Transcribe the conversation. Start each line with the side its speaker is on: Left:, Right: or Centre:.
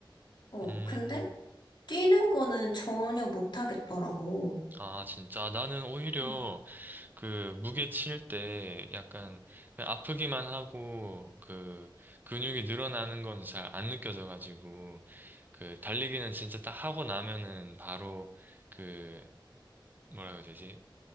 Left: 어,
Right: 음,
Left: 근데 뛰는 거는 전혀 못 하겠더라고.
Right: 아, 진짜. 나는 오히려
Left: 음.
Right: 그 무게 칠 때 약간 그냥 아프기만 하고 그 근육이 늘어나는 건 잘 안 느껴져가지고 그 달리기는 진짜 딱 하고 나면은 바로 그 뭐라고 해야 되지?